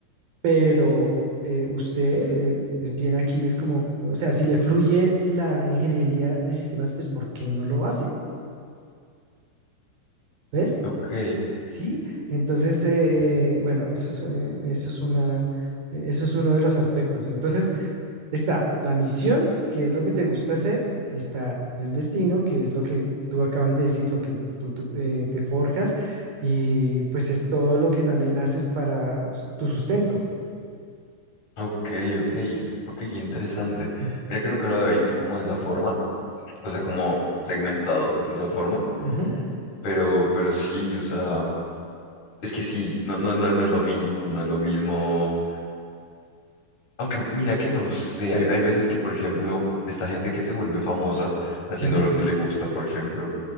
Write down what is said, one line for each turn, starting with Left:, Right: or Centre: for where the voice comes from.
Right: pero eh, usted eh, es bien aquí, es como, o sea, si le fluye la ingeniería de sistemas, pues, ¿por qué no lo hace? ¿Ves?
Left: Ok,
Right: Sí, entonces, eh, eh, bueno, eso es, eh, eso es una, eh, eso es uno de los aspectos. Entonces, está la misión, que es lo que te gusta hacer, y está el destino, que es lo que tú acabas de decir, lo que tú, tú, eh, te forjas, y pues es todo lo que también haces para su- tu sustento.
Left: ok, ok, ok, interesante.
Right: <clears throat>
Left: Mira que nunca lo había visto como de esa forma, o sea, como segmentado de esa forma,
Right: Ujú,
Left: pero, pero sí, o sea, es que sí, no, no, no- no es lo mismo, no es lo mismo. Aunque mira que no sé, hay, hay veces que, por ejemplo, esta gente que se vuelve famosa haciendo
Right: ujú.
Left: lo que le gusta, por ejemplo,